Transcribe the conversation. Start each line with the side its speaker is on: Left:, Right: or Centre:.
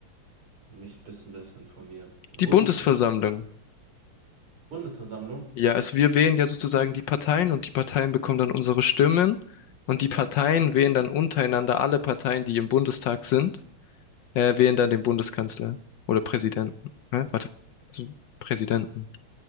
Right: mich bis ein bisschen besser informieren. Bundes
Left: Die Bundesversammlung.
Right: Bundesversammlung?
Left: Ja, also wir wählen ja sozusagen die Parteien und die Parteien bekommen dann unsere Stimmen und die Parteien wählen dann untereinander alle Parteien, die im Bundestag sind, äh, wählen dann den Bundeskanzler oder Präsidenten. Hä? warte, also Präsidenten.